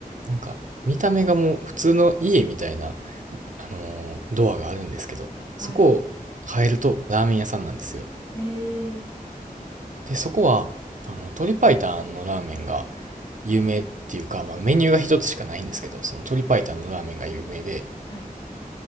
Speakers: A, on the right; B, on the left.
A: なんか見た目がもう普通の家みたいな、あのードアがあるんですけど、
B: はい。
A: そこを変えるとラーメン屋さんなんですよ。
B: へえ。
A: で、そこは、あの、鶏白湯のラーメンが有名っていうか、まあメニューが一つしかないんですけど、その鶏白湯のラーメンが有名で、
B: はい。